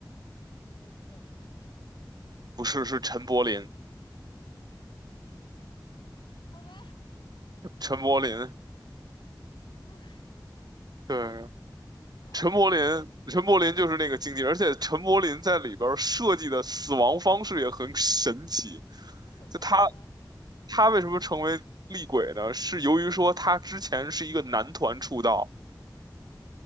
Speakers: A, on the left (about 80°); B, on the right (about 60°).
A: 不会是阮经天吧？
B: 不是是陈柏霖，
A: 好吧。
B: <laughs> 陈柏霖，
A: <laughs>
B: 对。
A: 然后呢？
B: 陈柏霖，陈柏霖就是那个经纪人，而且陈柏霖在里边儿设计的死亡方式也很神奇。
A: 他怎么死的？
B: 就他他为什么成为厉鬼呢？是由于说他之前是一个男团出道，